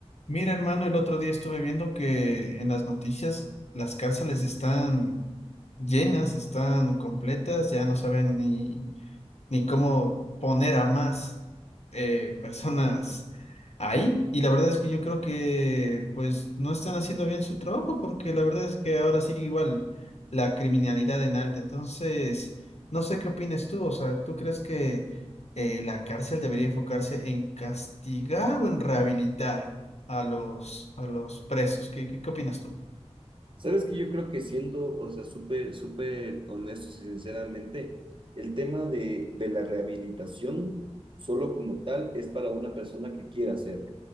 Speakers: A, on the left; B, on the right.
A: Mira, hermano, el otro día estuve viendo que en las noticias las cárceles están llenas, están completas, ya no saben ni, ni cómo poner a más eh, personas ahí. Y la verdad es que yo creo que pues no están haciendo bien su trabajo porque la verdad es que ahora sí igual la criminalidad en alta. Entonces, no sé qué opinas tú. O sea, ¿tú crees que eh, la cárcel debería enfocarse en castigar o en rehabilitar a los, a los presos? ¿Qué, qué, qué opinas tú?
B: Sabes que yo creo que siendo, o sea, súper, súper honestos y sinceramente, el tema de, de la rehabilitación solo como tal es para una persona que quiera hacer.